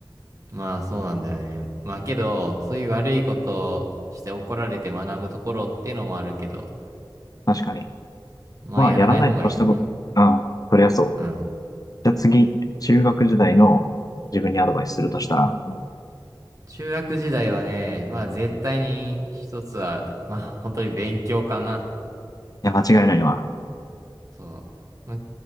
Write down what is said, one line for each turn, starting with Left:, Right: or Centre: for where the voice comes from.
Right: まあ、そうなんだよね。まあ、けど、そういう悪いことをして怒られて学ぶところっていうのもあるけど、
Left: 確かに。
Right: まあ、
Left: まあ、
Right: やらない方がいいよね。
Left: やらないに越したこと。うん。そりゃそう。
Right: うん。
Left: じゃあ次、中学時代の自分にアドバイスするとしたら。
Right: 中学時代はね、まあ、絶対に一つは、まあ、本当に勉強かな。
Left: いや、間違いないわ。
Right: そう。まあ、